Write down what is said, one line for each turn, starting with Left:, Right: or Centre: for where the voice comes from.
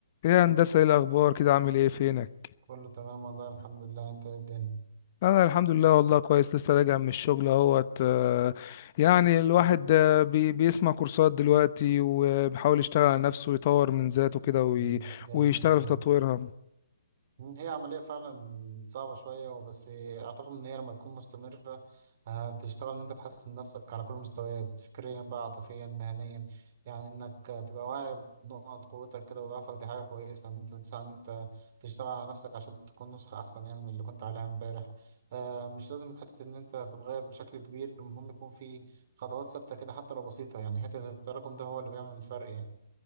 Left: ايه يا هندسة ايه الأخبار كده عامل ايه فينك؟
Right: كله تمام والله الحمد لله انت ايه الدنيا
Left: أنا الحمد لله والله كويس لسه راجع من الشغل اهوت آه، يعني الواحد
Right: مم.
Left: آه، بي بيسمع كورسات دلوقتي وبيحاول يشتغل على نفسه ويطور من ذاته كده وي-
Right: مم. جامد
Left: ويشتغل
Right: ده
Left: في تطويرها
Right: مم. هي عملية فعلا صعبة شوية وبس أعتقد إن هي لما تكون مستمرة هتشتغل إن أنت تحسن نفسك على كل المستويات فكريا بقى عاطفيا مهنيا يعني إنك تبقى واعي بنقط قوتك كده وضعفك دي حاجة كويسة إن أنت تساعد إن أنت تشتغل على نفسك عشان تكون نسخة أحسن يعني من اللي كنت عليها إمبارح آه، مش لازم حتة إن أنت تتغير بشكل كبير المهم يكون في خطوات ثابتة كده حتى لو بسيطة يعني حتة التراكم ده هو اللي بيعمل الفرق يعني